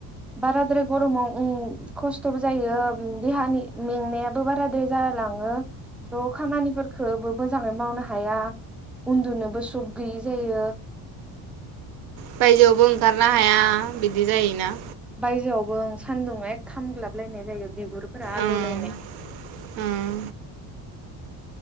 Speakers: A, in the centre; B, on the right (about 60°).
A: बाराद्राय गरमाव ओं खस्थबो जायो देहानि मेंनायाबो बाराद्राय जालाङो थ खामानिखोबो मोजाङै मावनो हाया उन्दुनोबो सुख गैयै जायो।
B: बायजोआवबो ओंखारनो हाया बिदि जायोना।
A: बायजोआवबो आं सान्दुंआ ऐ खामग्लाबलायनाय जायो बिगुरफोरा आलौलायनाय।
B: ओं ओं